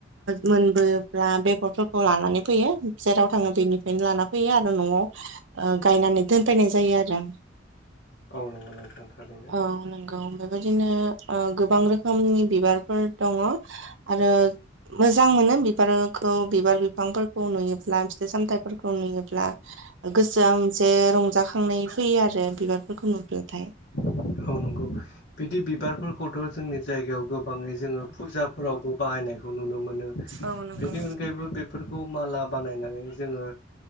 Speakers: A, on the right; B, on the left.
A: मोनबोब्ला बेगरफोरखौ लानानै फैयो जेराव आङो बेनिफ्रायनो लाना फैयो आरो न'आव गायनानै दोनफैनाय जायो आरो आं
B: औ नंगौ नोंथां थारैनो
A: औ नंगौ बेबायदिनो गोबां रोखोमनि बिबारफोर दङ आरो मोजां मोनो बिबारखौ बिबार बिफांफोरखौ नुयो मोनसे सामथाइफोरखौ नुयोब्ला गोसोआ मोनसे रंजाखांनाय फैयो आरो बेब फोरखौ नुबबोयोथाय।
B: औ नंगौ बिदि बिबारफोरखौथ' जोंनि जायगायाव गोबाङै जोङो फुजा फोरावबो बाहायनायखौ नुनो मोनो
A: औ नंगौ
B: बेनि अनगायैबो बे बेफोरखौ माला बानायनानै जोङो